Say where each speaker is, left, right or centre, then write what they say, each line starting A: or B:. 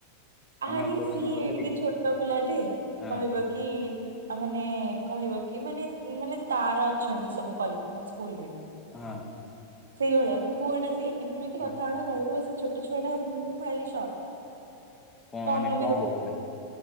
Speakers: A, on the left; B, on the right.
A: ମାନେ
B: ଆରି
A: ଆଉ କୋଶ୍ଚିନ୍
B: ସିଏ
A: ପଚାରିକି
B: ଏଡ଼ିକି ଛୋଟ ପିଲାଟେ
A: ହଁ
B: କହିବ କି? ଆ ମାନେ କହିବ କି ମାନେ ମାନେ ତାର ଅଛନ୍ତି ସବୁ କଲେ ମାନେ ସ୍କୁଲରେ।
A: ହଁ।
B: ସେଇଭଳିଆ ମାନେ ପୁଅଟା ସିଏ ଏମିତି
A: ହଁ
B: କଥାଉଡ଼ା କହିବ ସେ ଛୋ ଛୋଟ ଛୁଆଟା ମୁଁ ଭାରି ସକ୍
A: କଣ
B: ତ
A: ମାନେ
B: ଅନ୍ନ
A: କଣ
B: ବି ଦେଖିଛି।
A: କହୁଥିଲା